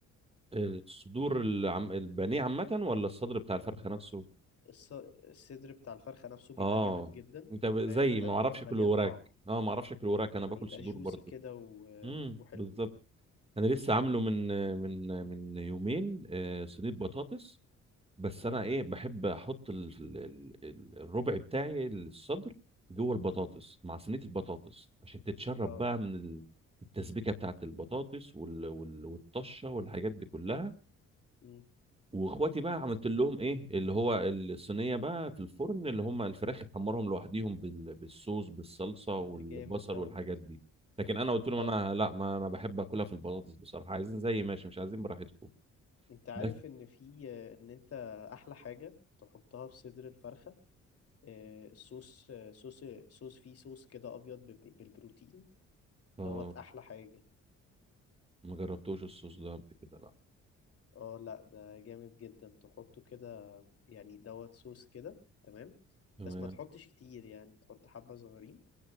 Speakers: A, on the right; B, on the left.
A: الصدور العم... البانيه عامه ولا الصدر بتاع الفرخه نفسه
B: الص- الصدر بتاع الفرخة نفسه بيبقى
A: اه
B: جامد جدا
A: انت ب...
B: فاهم
A: زي
B: انت
A: ما
B: بيبقى
A: اعرفش
B: مليان
A: اكل وراك
B: طعم
A: اه ما اعرفش اكل وراك انا باكل
B: بيبقى
A: صدور
B: جوسي
A: برضو
B: كده و...
A: امم
B: وحلو
A: بالظبط انا لسه عامله من من من يومين آه، صينيه
B: مم.
A: بطاطس بس
B: مم.
A: انا ايه بحب احط ال- ال- ال- ال- الربع بتاعي الصدر جوه البطاطس
B: مم.
A: مع صينيه البطاطس عشان تتشرب
B: اه
A: بقى من ال- التسبيكه بتاعت البطاطس وال- وال- والطشه والحاجات دي كلها
B: مم.
A: واخواتي بقى عملت لهم ايه اللي هو الصينيه بقى في الفرن اللي هم الفراخ يحمرهم لوحديهم بال- بالصوص بالصلصه والبصل
B: ده جامد دوت
A: والحاجات دي لكن انا قلت لهم
B: اه
A: انا لا ما انا بحب اكلها في البطاطس بصراحه عايزين زي ماشي مش عايزين براحتكم
B: انت عارف
A: بس
B: ان في آه، ان انت احلى حاجة تحطها في صدر الفرخة آه، الصوص آه، صوص صوص فيه صوص كده ابيض بب- بالبروتين
A: اه
B: دوت احلى حاجة
A: ما جربتوش الصوص ده قبل كده لا
B: اه لا ده جامد جدا تحطه كده يعني دوت صوص كده تمام
A: تمام
B: بس ما تحطش كتير يعني تحط حبة صغيرين